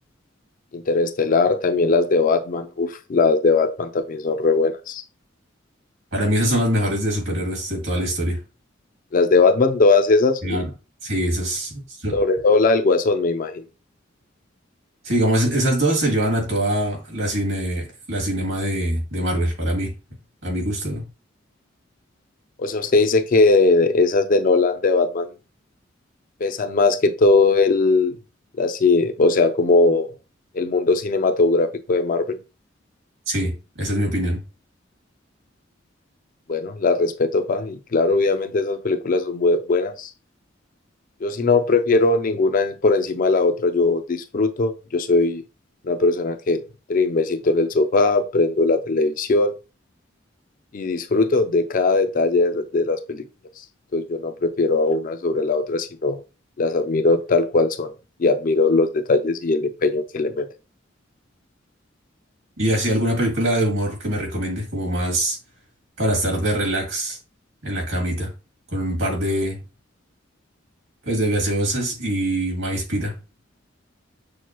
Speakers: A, on the left; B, on the right.
A: Interestelar, también las de Batman. Uf, las de Batman también son re buenas.
B: Para mí esas son las mejores de superhéroes de toda la historia.
A: Las de Batman, todas esas,
B: Claro. Sí, esas, so-
A: sobre todo la del Guasón, me imagino.
B: sí, digamos, esas dos se llevan a toda la cine, la cinema de, de Marvel, para mí, a mi gusto, ¿no?
A: O sea, usted dice que esas de Nolan, de Batman, pesan más que todo el, así, o sea, como el mundo cinematográfico de Marvel.
B: Sí, esa es mi opinión.
A: Bueno, las respeto, pa, y claro, obviamente esas películas son bu- buenas. Yo sí no prefiero ninguna en- por encima de la otra, yo disfruto, yo soy una persona que trin, me siento en el sofá, prendo la televisión y disfruto de cada detalle de de las películas. Entonces yo no prefiero a una sobre la otra, sino las admiro tal cual son y admiro los detalles y el empeño que le meten.
B: ¿Y así alguna película de humor que me recomiende, como más para estar de relax en la camita, con un par de, pues, de gaseosas y maíz pira?